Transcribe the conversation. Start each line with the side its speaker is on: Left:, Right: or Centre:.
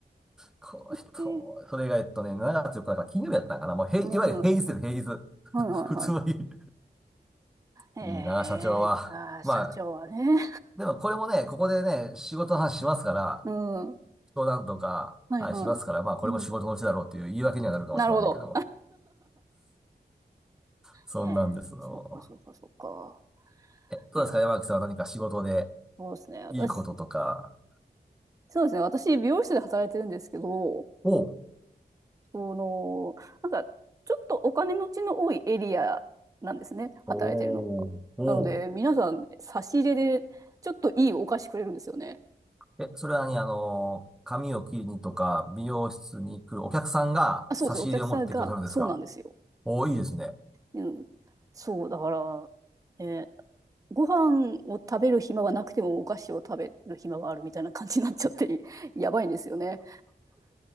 Centre: この人、
Right: えー
Centre: それが、えっとね、7月4だから金曜日だったんかな。もう、へい、
Right: うん。
Centre: いわゆる平日です、
Right: は
Centre: 平日。
Right: いはいはい。
Centre: 普通の日。
Right: ええ、
Centre: いいなあ、社長は。
Right: ああ、
Centre: まあ、
Right: 社長はね。
Centre: でもこれもね、ここでね、仕事の話しますから、
Right: うん。
Centre: 相談とか、
Right: はいはい。
Centre: はい、しますから、まあ、これも仕事のうちだろうという言い訳にはなるかもしれませんけども。
Right: うん。なるほど。
Centre: そんなんですの。
Right: へえ、そっかそっかそっか。
Centre: え、どうですか、
Right: いや、
Centre: 山木さんは何か仕事で
Right: そうですね。私、
Centre: いいこととか。
Right: そうですね。私、美容室で働いてるんですけど、
Centre: おう
Right: あの、なんか、ちょっとお金持ちの多いエリアなんですね、働いてるのが。
Centre: おうおう
Right: なので、皆さん、差し入れで、ちょっといいお菓子くれるんですよね。
Centre: え、それはね、あの、髪を切りにとか、美容室に来るお客さんが差し入れを持ってくださるんですか
Right: あ、そうです。お客さんが、そうなんですよ。
Centre: おーいいですね。
Right: うん。そう、だから、ね、ご飯を食べる暇はなくても、お菓子を食べる暇があるみたいな感じになっちゃって、<laughs> やばいんですよね。